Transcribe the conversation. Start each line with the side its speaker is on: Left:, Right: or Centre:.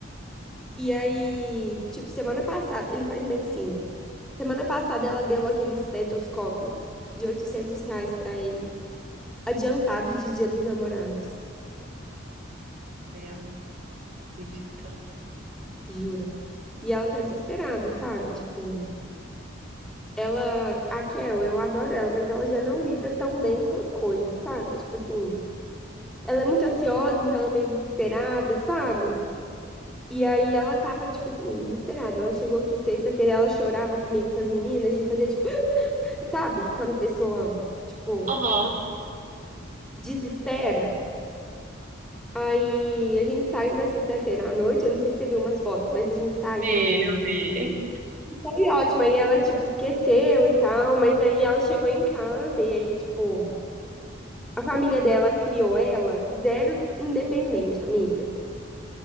Centre: E aí, tipo, semana passada, ele faz medicina. Semana passada ela deu aquele estetoscópio de 800 reais pra ele, adiantado de Dia dos Namorados,
Right: Ai, acreditando.
Centre: juro. E ela tá desesperada, sabe? Tipo. Ela, a Kel, eu adoro ela, mas ela já não lida tão bem com as coisas, sabe? Tipo assim, ela é muito ansiosa, então ela é meio desesperada, sabe? E aí ela tava, tipo assim, desesperada. Ela chegou aqui sexta-feira, ela chorava comigo, com as meninas, de fazer, tipo, <gasps> sabe? Quando a pessoa, tipo,
Right: Aham.
Centre: desespera. Aí a gente saiu na sexta-feira à noite, eu não sei se você viu umas fotos, mas a gente saiu.
Right: Vi, eu vi.
Centre: Foi ótimo, aí ela, tipo, esqueceu e tal, mas aí ela chegou em casa e aí, tipo. A família dela criou ela zero independente, amiga.